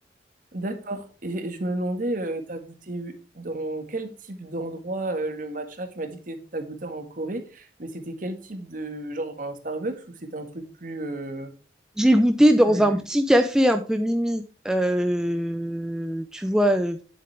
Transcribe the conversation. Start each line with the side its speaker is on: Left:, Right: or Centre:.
Right: D'accord. Et et je me demandais, euh, t'as goûté eu- dans quel type d'endroit euh, le matcha? Tu m'as dit que t'es- t'as goûté en Corée, mais c'était quel type de genre un Starbucks ou c'était un truc plus euh,
Centre: J'ai goûté dans
Right: plus.
Centre: un petit café un peu mimi, euh, tu vois, euh,